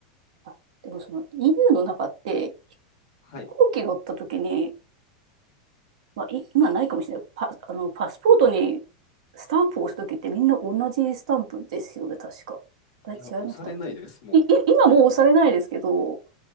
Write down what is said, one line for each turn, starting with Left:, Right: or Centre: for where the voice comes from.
Right: あ、でもその EU の中って
Left: はい。
Right: 飛行機乗った時に、まあい今ないかもしれない。パ、あの、パスポートにスタンプを押す時ってみんな同じスタンプですよね、確か。あれ違いましたっけい、
Left: いや、押されないです、も
Right: い、今もう押されないですけど、